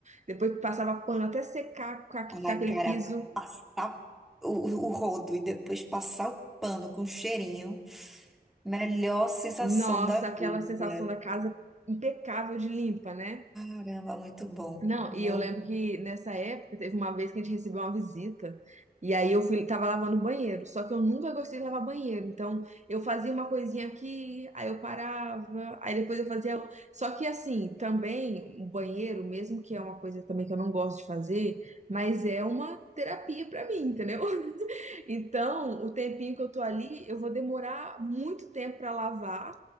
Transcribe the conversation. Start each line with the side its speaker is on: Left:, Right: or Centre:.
Right: depois passava pano até secar, ficar
Centre: Ai,
Right: ficar aquele
Centre: cara,
Right: piso.
Centre: tá o, o rodo e depois passar o pano com cheirinho. Melhor sensação
Right: Nossa,
Centre: da
Right: aquela
Centre: vida.
Right: sensação da casa impecável de limpa, né?
Centre: Caramba, muito bom.
Right: Não,
Centre: Muito.
Right: e eu lembro que nessa época teve uma vez que a gente recebeu uma visita, e aí eu fui, tava lavando o banheiro, só que eu nunca gostei de lavar banheiro, então eu fazia uma coisinha aqui, aí eu parava, aí depois eu fazia. Só que assim, também o banheiro, mesmo que é uma coisa também que eu não gosto de fazer, mas é uma terapia pra mim, entendeu? <laughs> Então, o tempinho que eu tô ali, eu vou demorar muito tempo pra lavar.